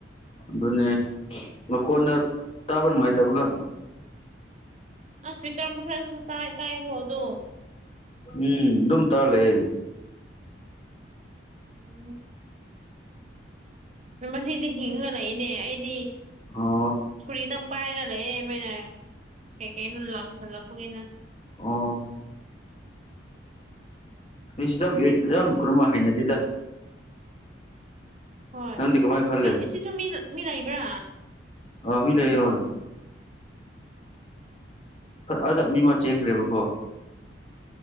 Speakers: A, on the left; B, on the right.
A: ꯑꯗꯨꯅꯦ ꯃꯈꯣꯟꯅ ꯇꯥꯕ ꯅꯨꯡꯉꯥꯏꯇꯕꯒ
B: <unintelligible>
A: ꯎꯝ ꯑꯗꯨꯝ ꯇꯥ ꯂꯩꯌꯦ
B: ꯎꯝ ꯃꯁꯤꯗꯤ ꯍꯤꯡꯉꯒ ꯂꯩꯏꯅꯦ ꯑꯩꯗꯤ
A: ꯑꯣ
B: ꯁꯨꯔꯤ ꯇꯪ ꯄꯥꯏꯔꯒ ꯂꯩ ꯃꯣꯏꯅ ꯀꯩꯀꯩꯅꯣ ꯂꯪꯁꯜꯂꯛꯄꯒꯤꯅ
A: ꯑꯣ ꯃꯤꯁꯨ ꯌꯥꯝ ꯀꯔꯨꯝꯃ ꯍꯅꯗꯦꯗ
B: ꯍꯣꯏ
A: ꯅꯪꯗꯤ ꯀꯃꯥꯏꯅ ꯈꯜꯂꯦ
B: ꯃꯤ ꯁꯤꯁꯨ ꯃꯤ ꯃꯤ ꯂꯩꯕ꯭ꯔꯥ
A: ꯃꯤ ꯂꯩꯌꯦ ꯑꯗꯣ ꯃꯤ ꯑꯃ ꯆꯦꯟꯈ꯭ꯔꯦꯕꯀꯣ